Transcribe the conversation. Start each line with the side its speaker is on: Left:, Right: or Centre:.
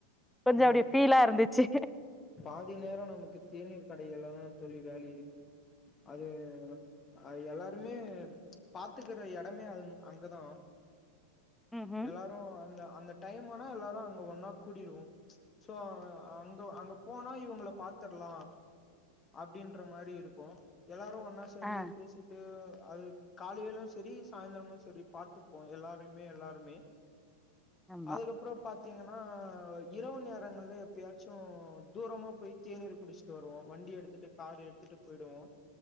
Centre: கொஞ்சோ
Left: ம்
Centre: அப்டி ஃபீலா இருந்துச்சு
Left: பாதி நேரோ நமக்கு தேநீர் கடைகள்லதா தொழிலாளி அது அது எல்லாருமே பாத்துக்கற எடமே அங் அங்கதா.
Centre: ம் ம்
Left: எல்லாரு அந்த அந்த டைம் ஆனா எல்லாரு அங்க ஒன்னா கூடிருவோ. சோ அங்க அங்க போனா இவங்கள பாத்துரலா அப்டின்ற மாரி இருக்கு எல்லாரு ஒன்னா சேந்து
Centre: ஆ
Left: பேசிட்டு அது காலையிலு சரி சாயந்திரமு சரி பாத்துப்போ எல்லாருமே எல்லாருமே
Centre: ஆமா
Left: அதுக்கப்புறோ பாத் தீங்கன்னா இரவு நேரங்கள்ல எப்பயாச்சு தூரமா போய் தேநீர் குடிச்சுட்டு வருவோ வண்டி எடுத்துட்டு கார் எடுத்துட்டு போயிடுவோ.